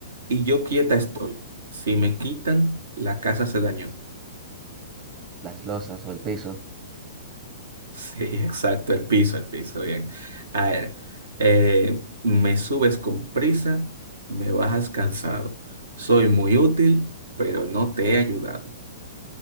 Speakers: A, on the right; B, on the right.
A: y yo quieta estoy. Si me quitan, la casa se dañó. <laughs>
B: Las losas o el piso.
A: Sí, exacto, el piso, el piso, bien. A ver, eh, me subes con prisa, me bajas cansado. Soy muy útil, pero no te he ayudado.